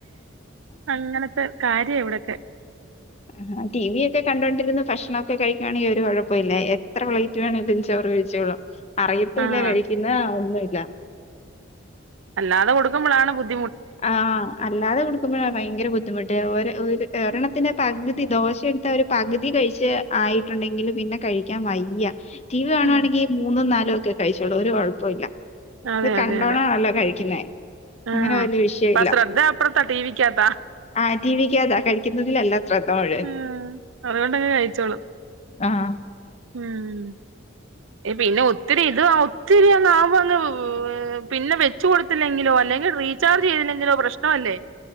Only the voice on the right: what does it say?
അങ്ങനത്തെ കാര്യ അതെ എവിടക്കെ
ആഹ്
അല്ലാതെ കൊടുക്കേപോഴാണ് ബുധി
ഉം
അതെ
അതെ അതെ
ആഹ്
ഇപ്പ സെദ്ദ അപ്പർത്തെ ടി വിക്കാത്ത
ആഹ് അതുകൊണ്ട് അങ്ങ് കഴിച്ചോളും
മം മം പിന്നെ ഒത്തിരി ഇത് ഒത്തിരിയങ്ങാമ്പോ ഒന്ന് പിന്നെ വെച്ചുകൊടുത്തില്ലങ്കില്ലോ അല്ലെഗിൽ റീചാർജ് ചെയ്തില്ലങ്കിലോ പ്രശ്നമല്ലെ